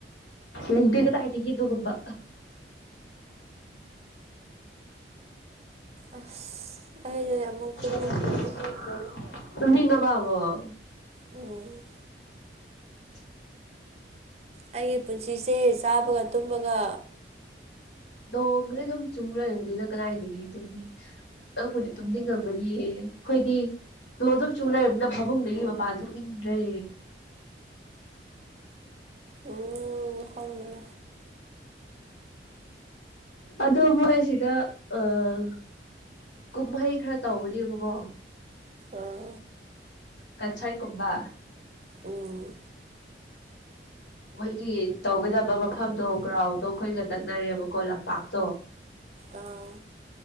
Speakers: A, on the left (about 75°); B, on the right (about 35°).
A: ꯂꯩꯇꯦ ꯀꯗꯥꯏꯗꯒꯤ ꯑꯗꯨꯒꯨꯝꯕ
B: ꯑꯁ ꯑꯩꯗꯤ ꯑꯃꯨꯛ
A: <unintelligible>
B: ꯇꯨꯝꯅꯤꯡꯈ꯭ꯔꯦꯗ
A: ꯇꯨꯝꯅꯤꯡ ꯉꯕ ꯑꯃꯨꯛ
B: ꯎꯝ
A: <inaudible>
B: ꯑꯩꯒꯤ ꯄꯨꯟꯁꯤꯁꯦ ꯆꯥꯕꯒ ꯇꯨꯝꯕꯒ
A: ꯅꫭꯡꯖꯦ ꯑꯗꯨꯝ ꯆꯨ ꯂꯩꯔꯕꯅꯤꯅ ꯀꯗꯥꯥꯏꯗꯩ ꯇꯨꯝꯅꯤꯡ ꯅꯪꯕꯨꯗꯤ ꯇꯨꯝꯅꯤꯡꯉꯝꯃꯅꯤꯌꯦ ꯑꯩꯈꯣꯏꯗꯤ ꯅꫭꯡ ꯑꯗꯨꯝ ꯆꯨ ꯂꯩꯔꯕꯅꯤꯅ ꯐꯃꯨꯡꯗꯒꯤ ꯃꯄꯥꯟ ꯊꯣꯛꯅꯤꯡꯗ꯭ꯔꯦ
B: ꯎꯝ ꯈꯪꯗ꯭ꯔꯦ
A: ꯑꯗꯣ ꯍꯣꯏ ꯁꯤꯗ ꯑꯥ ꯀꯨꯝꯍꯩ ꯈꯔ ꯇꯧꯕ ꯗꯤꯕꯀꯣ
B: ꯑꯥ
A: ꯀꯟꯁꯔꯠ ꯀꯨꯝꯕ
B: ꯎꯝ
A: ꯃꫭꯏꯒꯤ ꯇꯧꯒꯗꯕ ꯃꯐꯝꯗꯣ ꯒ꯭ꯔꯥꯎꯟꯗꯣ ꯑꯩꯈꯣꯏꯒ ꯇꯛꯅꯔꯦꯕꯀꯣ ꯂꯝꯄꯥꯛꯇꯣ
B: ꯑꯥ